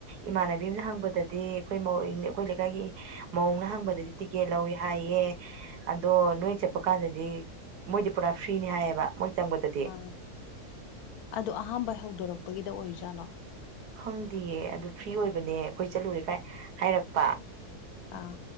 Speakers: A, on the right; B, on the left.
A: ꯏꯃꯥꯟꯅꯕꯤ ꯑꯝꯅ ꯍꯪꯕꯗꯗꯤ ꯑꯩꯈꯣꯏ ꯃꯧ ꯑꯩꯈꯣꯏ ꯂꯩꯀꯥꯏꯒꯤ ꯃꯧ ꯑꯃꯅꯥ ꯍꯪꯕꯗꯗꯤ ꯇꯤꯀꯦꯠ ꯂꯧꯋꯦ ꯍꯥꯏꯌꯦ ꯑꯗꯣ ꯅꯣꯏ ꯆꯠꯄ ꯀꯥꯟꯗꯗꯤ ꯃꯣꯏꯗꯤ ꯄꯨꯔꯥ ꯐ꯭ꯔꯤꯅꯤ ꯍꯥꯏꯌꯦꯕ ꯃꯣꯏ ꯆꯪꯕꯗꯗꯤ
B: ꯑꯥ ꯑꯗꯣ ꯑꯍꯥꯟꯕ ꯍꯧꯗꯣꯔꯛꯄꯒꯤꯗ ꯑꯣꯏꯔꯤꯖꯥꯠꯂꯣ
A: ꯈꯪꯗꯤꯌꯦ ꯑꯗꯨ ꯐ꯭ꯔꯤ ꯑꯣꯏꯕꯅꯦ ꯑꯩꯈꯣꯏ ꯆꯠꯂꯨꯔꯦ ꯀꯥꯏ ꯍꯥꯏꯔꯛꯄ
B: ꯑꯥ